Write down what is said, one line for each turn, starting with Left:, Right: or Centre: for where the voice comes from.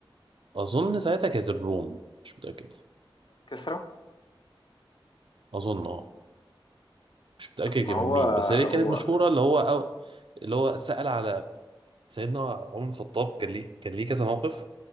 Right: اظن ساعتها كانت الروم مش متاكد
Left: كسرى
Right: اظن اه مش متاكد
Left: ما
Right: كان
Left: هو
Right: من مين بس هي كانت
Left: هو
Right: مشهوره اللي هو أو اللي هو سال على سيدنا عمر بن الخطاب كان ليه كان ليه كذا موقف